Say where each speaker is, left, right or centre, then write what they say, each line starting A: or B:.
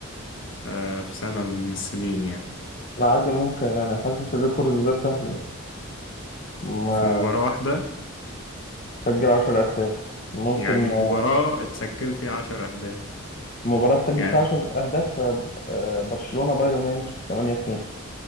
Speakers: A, on the left; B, on the left.
A: آه في سنة من السنين يعني
B: لا عادي ممكن يعني حاسس الريكورد ده سهل يعني ما
A: في مباراة واحدة
B: سجل عشر أهداف ممكن
A: يعني مباراة
B: آه،
A: اتسجل فيها عشر أهداف
B: مباراة سجل
A: يعني
B: فيها 10 أهداف آه، آه، برشلونة بايرن ميونخ 8 2